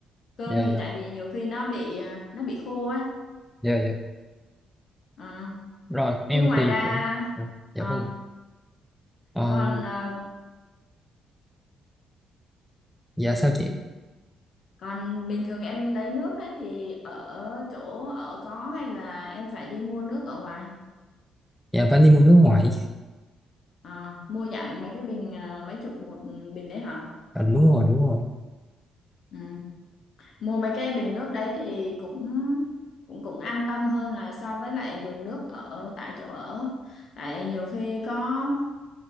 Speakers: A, on the left; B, in the centre.
A: cơm
B: dạ
A: thì
B: dạ
A: tại vì nhiều khi nó bị à, nó bị khô á
B: dạ dạ
A: Ờ.
B: rồi em
A: chứ ngoài
B: thì
A: ra
B: cũng dạ, dạ
A: ờ,
B: vâng Ờ,
A: còn ờ,
B: dạ sao chị
A: còn bình thường em lấy nước ấy thì ở chỗ ở có hay là em phải đi mua nước ở ngoài
B: dạ Vani mua nước ngoài chị
A: à, mua dặn mấy cái bình à, mấy chục một bình đấy hả
B: à, đúng rồi đúng rồi
A: ừ. mua mấy cái bình nước đấy thì cũng cũng cũng an tâm hơn là so với lại dùng nước ở tại chỗ ở tại nhiều khi có